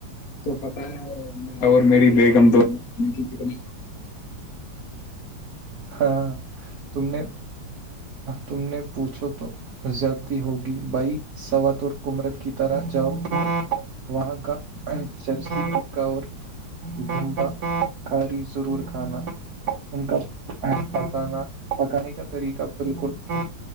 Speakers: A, on the left (about 55°); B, on the right (about 55°).
A: تو پتاہ ہے اور میری بیگم دونوں کتنی
B: ہاں تم نے تم نے پوچھو تو زیادتی ہوگی بھائی سوات اور کمرت کی طرح جاؤ وہاں کا چر کا اور بمبا کاری ضرور کھانا ان کا پکانا پکانے کا طریقہ بالکلتا